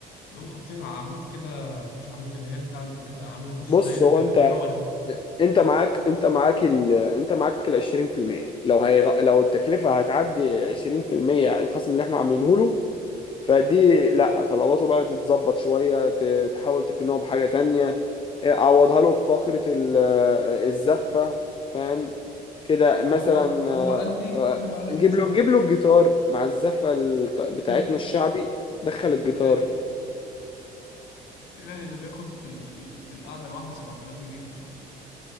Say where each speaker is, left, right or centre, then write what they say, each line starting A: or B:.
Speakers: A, on the left; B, on the left.
A: يقوم حاطين عمود كده مش عمود اللي هي بتاع اللي بتبقى عاملة نص
B: بص
A: دايرة
B: هو
A: كده
B: انت
A: فيها ورد
B: انت معاك انت معاك ال انت معاك ال 20% لو هي لو التكلفة هتعدي 20% الخصم اللي احنا عاملينه له فدي لا طلباته بقى تتظبط شوية ت- تحاول تقنعه بحاجة تانية اه، عوضها له في فقرة ال- اه، الزفة فاهم كده
A: ما
B: مثلا
A: هو هو
B: اه،
A: قال لي
B: اه،
A: هو قال أنا
B: نجيب
A: مش
B: له
A: محتاج
B: نجيب له الجيتار مع الزفة الط- بتاعتنا
A: <laughs> فهمتك
B: الشعبي دخل
A: بس الجيتار
B: الجيتار
A: غالي غالي ده بياخد في ال... في, ال... في القعدة الواحدة 7000 جنيه ولا حاجة